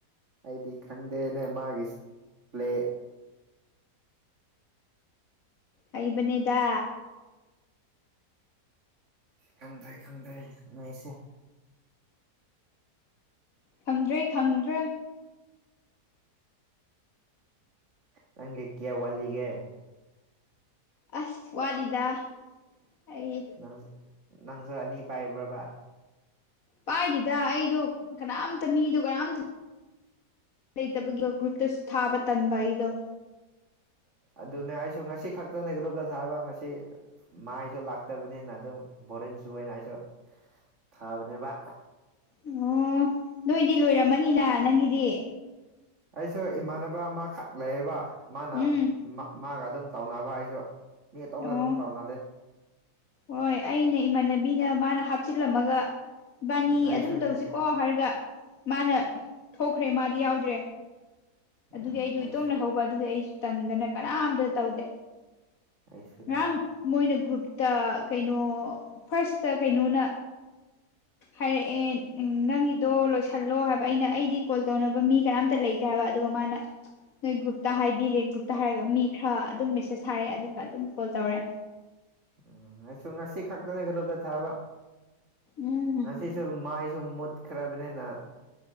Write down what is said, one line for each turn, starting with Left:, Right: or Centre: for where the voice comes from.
Right: ꯑꯩꯗꯤ ꯈꯪꯗꯦꯅꯦ ꯃꯥꯒꯤ ꯏꯁꯄ꯭ꯂꯦ
Left: ꯑꯩꯕꯅꯦꯗ
Right: ꯈꯪꯗ꯭ꯔꯦ ꯈꯪꯗ꯭ꯔꯦ ꯅꯣꯏꯁꯦ
Left: ꯈꯪꯗ꯭ꯔꯦ ꯈꯪꯗ꯭ꯔꯦ
Right: ꯅꯪꯒꯤ ꯀꯦꯋꯥꯂꯤꯒ
Left: ꯑꯁ ꯋꯥꯂꯤꯗꯥ ꯑꯩ
Right: ꯅꯪ ꯅꯪꯁꯨ ꯑꯅꯤ ꯄꯥꯏꯕ꯭ꯔꯕ
Left: ꯄꯥꯏꯗꯦꯗ ꯑꯩꯗꯣ ꯀꯅꯥꯝꯇ ꯃꯤꯗꯣ ꯀꯅꯥꯝꯇ ꯂꯩꯇꯕꯒꯤ ꯒ꯭ꯔꯨꯞꯇ ꯊꯥꯕ ꯇꯟꯕ ꯑꯩꯗꯣ
Right: ꯑꯗꯨꯅꯦ ꯑꯩꯁꯨ ꯉꯁꯤ ꯈꯛꯇꯅꯦ ꯒ꯭ꯔꯨꯞꯇ ꯊꯥꯕ ꯉꯁꯤ ꯃꯥꯏꯁꯨ ꯂꯥꯛꯇꯕꯅꯤꯅ ꯑꯗꯨꯝ ꯕꯣꯔꯤꯡ ꯁꯨꯅ ꯑꯩꯁꯨ ꯊꯕꯅꯦꯕ
Left: ꯑꯣ ꯅꯣꯏꯗꯤ ꯂꯣꯏꯔꯝꯃꯅꯤꯅ ꯅꯪꯒꯤꯗꯤ
Right: ꯑꯩꯁꯨ ꯏꯃꯥꯟꯅꯕ ꯑꯃꯈꯛ ꯂꯩꯌꯦꯕ ꯃꯥꯅ
Left: ꯎꯝ
Right: ꯃꯥꯒ ꯑꯗꯨꯝ ꯇꯧꯅꯕ ꯑꯩꯁꯨ ꯃꯤ ꯑꯇꯧꯕꯗ
Left: ꯑꯣ
Right: ꯑꯗꯨꯝ ꯀꯥꯎꯅꯗꯦ
Left: ꯍꯣꯏ ꯑꯩꯅ ꯏꯃꯥꯟꯅꯕꯤꯅ ꯃꯥꯅ ꯍꯥꯞꯆꯤꯜꯂꯝꯃꯒ ꯕꯥꯅꯤ
Right: ꯎꯝ ꯑꯩꯁꯨꯅꯦ
Left: ꯑꯗꯨꯝ ꯇꯧꯁꯤꯀꯣ ꯍꯥꯏꯔꯒ ꯃꯥꯅ ꯊꯣꯛꯈ꯭ꯔꯦ ꯃꯥꯗꯤ ꯌꯥꯎꯗ꯭ꯔꯦ ꯑꯗꯨꯒꯤ
Right: ꯎꯝ
Left: ꯑꯩꯗꯣ
Right: ꯑꯩꯁꯨ
Left: ꯏꯇꯣꯝ ꯂꯩꯍꯧꯕ ꯑꯗꯨꯒꯤ ꯑꯩꯁꯨ ꯇꯟꯗꯅ ꯀꯅꯥꯝꯇꯅ ꯇꯧꯗꯦ
Right: ꯑꯩꯁꯨꯅꯦ
Left: ꯉꯔꯥꯡ ꯃꯣꯏꯅ ꯒ꯭ꯔꯨꯞꯇ ꯀꯩꯅꯣ ꯐꯥꯔꯁꯇ ꯀꯩꯅꯣꯅ ꯍꯥꯏꯔꯛꯑꯦ ꯎ ꯅꯪꯒꯤꯗꯣ ꯂꯣꯏꯁꯤꯜꯂꯣ ꯍꯥꯏꯕ ꯑꯩꯅ ꯑꯩꯗꯤ ꯀꯣꯜ ꯇꯧꯅꯕ ꯃꯤ ꯀꯅꯥꯝꯇ ꯂꯩꯒ ꯇꯕ ꯑꯗꯨꯒ ꯃꯥꯅ ꯅꯣꯏ ꯒ꯭ꯔꯨꯞꯇ ꯍꯥꯏꯕꯤꯔꯦ ꯒ꯭ꯔꯨꯞꯇ ꯍꯥꯏꯔꯒ ꯃꯤ ꯈꯔ ꯑꯗꯨꯝ ꯃꯦꯁꯦꯁ ꯊꯥꯔꯛꯑꯦ ꯑꯗꯨꯒ ꯑꯗꯨꯝ ꯀꯣꯜ ꯇꯧꯔꯦ
Right: ꯎꯝ ꯉꯁꯨ ꯉꯁꯤ ꯈꯛꯇꯅꯦ ꯈ꯭ꯔꯨꯇ ꯊꯥꯕ
Left: ꯎꯝ
Right: ꯉꯁꯤ ꯁꯨ ꯃꯥꯏꯁꯨ ꯃꯨꯠ ꯈꯔꯕꯅꯤꯅ